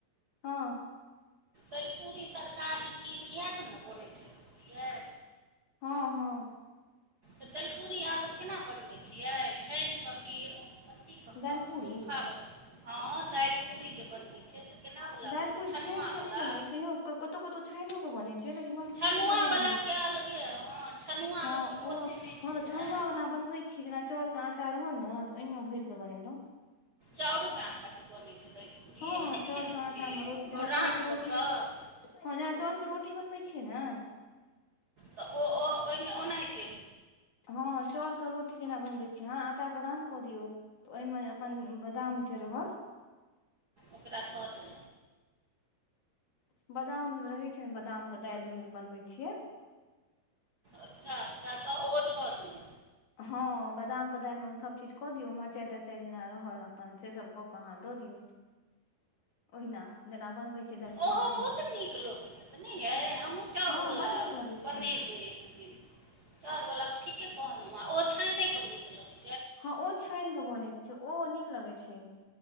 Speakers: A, on the left (about 55°); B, on the right (about 50°).
A: हँ।
B: तैलपुरी तरकारी खीरी इएह सब ने बनैत छै यै।
A: हँ हँ।
B: त दैलपूरी अहाँसब केना बनबै छियै छइन क की अ, अथी क
A: दालि
B: क
A: पूरी
B: सूखावला हँ दाइलपुरी जे बनबै छै से, केनावला
A: दाइलपुरी
B: बनबै छनुआवला
A: छाइन के नय बनैए कहियो कतहु कतहु छाइनो बनै छै लेकिन हम,
B: छनुआवलाके
A: छाइन के नय बनबे छी।
B: अलगे हँ छनुआ
A: ह।
B: लोकके
A: ओ
B: पचै
A: हँ
B: नहि छै
A: त
B: ने
A: छनुवा बला बनबै छी जेना चाउरके आटा रहल ने त ओहिमे भइर क बनेलहुँ।
B: चाउरू के आटा के बनै छै दाइलपुरी
A: हँ
B: हम नय
A: चाउरके
B: खैनै
A: आटामे
B: छी
A: रोटी जेना
B: ओरान
A: चाउरके
B: क
A: रोटी
B: क।
A: हँ जेना चाउरके रोटी बनबैत छियै ने।
B: त ओ ओ ओहिमे ओनाहितै।
A: हँ चाउर के रोटी केना बनबे। हँ आटाके रान क दियौ त ओहिमे अपन बादाम जे रहल,
B: ओकरा ध देल।
A: बादाम रहे छै ने बादाम के दैल बनबै छियै।
B: अच्छा अच्छा त ओहो ध दैलउ।
A: हँ बादामके दाइलमे अ सभचीज क दियौ मरचाइ तरचाइ जेना रहल अपन सेसब क क अहाँ द दियौ। ओहिना जेना बनबै छी दैलपुरी
B: ओहो
A: तहिना।
B: बहुत नीक लोक त नय यै हमहूँ चाउरवला
A: हँ बड नीक लगै छै
B: बनेबै एक दिन। चाउर बला ठीके कहलहुह आ ओ छाइने के नीक लगे।
A: हँ ओ छाइन क बनैत छै ओ नीक लगैत छै।